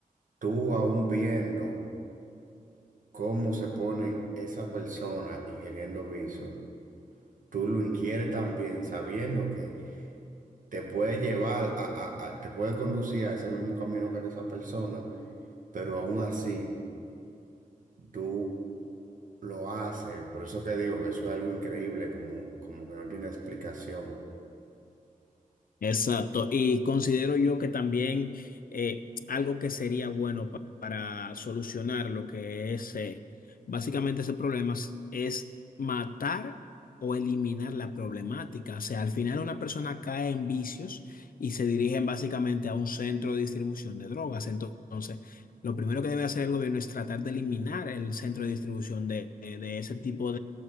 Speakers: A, on the right (about 65°); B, on the left (about 75°).
A: tú aún viendo cómo se ponen esa persona ingiriendo vicio, tú lo ingieres también sabiendo que te puede llevar a, a- a- te puede conducir a ese mismo camino que era esa persona, pero aún así tú lo haces. Por eso que digo que eso es algo increíble, como, como que no tiene explicación.
B: Exacto. Y considero yo que también eh, algo que sería bueno pa- para solucionar lo que es eh, básicamente ese problema es es matar o eliminar la problemática. O sea, al final una persona cae en vicios y se dirigen básicamente a un centro de distribución de drogas. Ento- Entonces, lo primero que debe hacer el gobierno es tratar de eliminar el centro de distribución de, de ese tipo